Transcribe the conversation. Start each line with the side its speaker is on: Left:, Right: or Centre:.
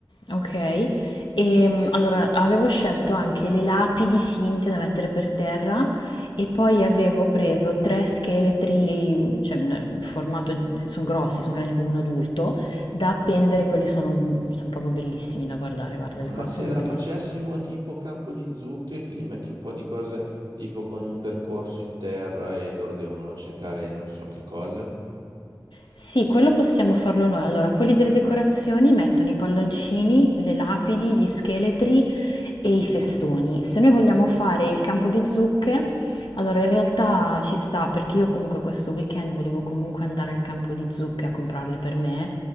Left: Ok, e mm, allora avevo scelto anche le lapidi finte da mettere per terra e poi avevo preso tre scheletri, cioè in formato, sono grossi, sono grandi come un adulto, da appendere, quelli sono, sono proprio bellissimi da guardare, guarda, le
Right: Ma
Left: decorazioni
Right: se la
Left: sono
Right: facessimo
Left: bellissime.
Right: tipo campo di zucche, che gli metti un po' di cose tipo con un percorso in terra e loro devono cercare non so che cosa.
Left: Sì, quello possiamo farlo noi. Allora, quelli delle decorazioni mettono i palloncini, le lapidi, gli scheletri e i festoni. Se noi vogliamo fare il campo di zucche, allora in realtà ci sta perché io comunque questo weekend volevo comunque andare al campo di zucche a comprarle per me.